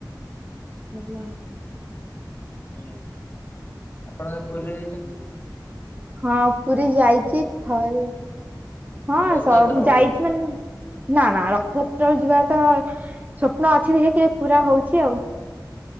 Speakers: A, on the right; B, on the left.
A: <inaudible>
B: ଆଜ୍ଞା, ଆପଣ ପୁ--ରେ ଯାଇଚନ୍ତି?
A: ହଁ, ପୁରୀ ଯାଇଚି ଥରେ। ହଁ---ଯାଇଚି
B: ରଥଯାତ୍ରା ବେଳକୁ?
A: ମାନେ ନା ନା ରଥଯାତ୍ରା ଯିବାଟା ସ୍ୱପ୍ନ ଅଛି, ଦେଖିଆ କେବେ ପୁରା ହଉଚି ଆଉ।